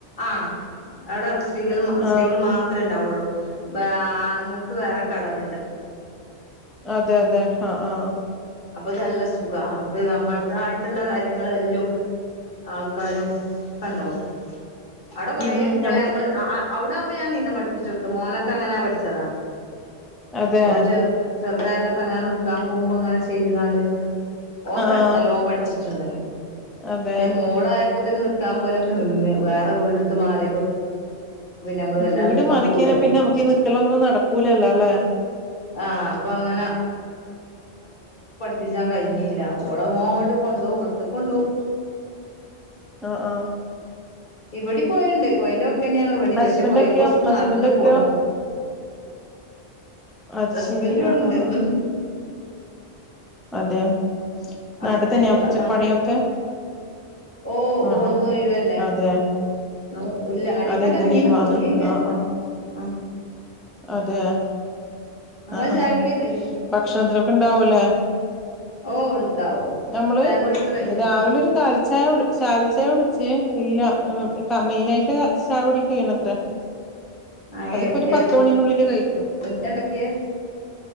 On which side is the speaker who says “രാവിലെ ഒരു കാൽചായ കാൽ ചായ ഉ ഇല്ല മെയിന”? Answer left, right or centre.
Centre